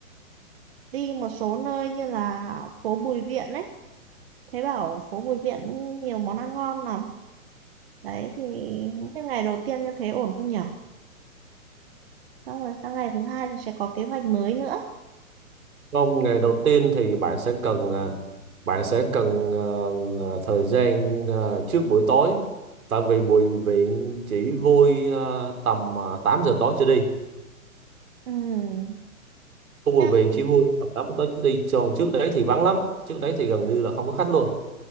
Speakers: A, on the right; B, on the right.
A: đi một số nơi như là phố Bùi Viện ấy thế bảo phố Bùi Viện nhiều món ăn ngon lắm đấy thì cái ngày đầu tiên như thế ổn không nhỉ xong rồi sang ngày thứ hai thì sẽ có kế hoạch mới nữa
B: Không, ngày đầu tiên thì bạn sẽ cần à, bạn sẽ cần à, à, thời gian à, trước buổi tối tại vì bùi viện chỉ vui à, tầm à, 8 giờ tối trở đi.
A: Ừm,
B: Khu
A: nhưng-
B: bùi viện chỉ vui tầm 8 giờ tối trở đi. Còn trước đấy thì vắng lắm, trước đấy thì gần như là không có khách luôn.